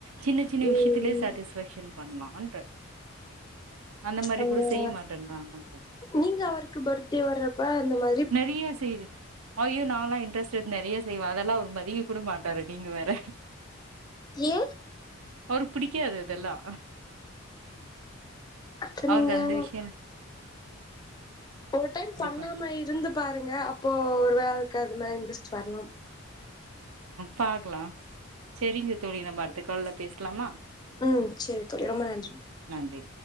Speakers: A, on the right; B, on the left.
A: சின்ன சின்ன
B: உம்
A: விஷ்யத்திலே சாட்டிஸ்ஃபேக்ஷன் பண்லான்ற அந்த மாரி
B: ஆஹ்
A: கூட செய்ய மாட்டேன்றாங்க
B: நீங்க அவருக்கு பர்த்டே வர்றப்ப அந்த மா
A: நெறைய செய்ற ஐயோ நான்லா இன்ட்ரஸ்ட் எது நெறைய செய்வ அதெல்லா அவுரு மதிக்க கூட மாட்டாரு நீங்க வேற
B: ஏ
A: அவுருக் புடிக்காது இதெல்லா
B: அப்ப
A: அவருக்கு
B: நீங்க
A: அந்த விஷ்யன்
B: ஒரு டைம் பண்ணாம
A: பண்
B: இருந்து பாருங்க அப்போ ஒரு வேலக்கு அது மேல இன்ட்ரெஸ்ட் வரலாம்
A: பாக்லா செரிங்க தோழி நம்ம அடுத்த கால்ல பேஸ்லாமா
B: ம் சேரி தோழி ரொம்ப நன்றி
A: நன்றி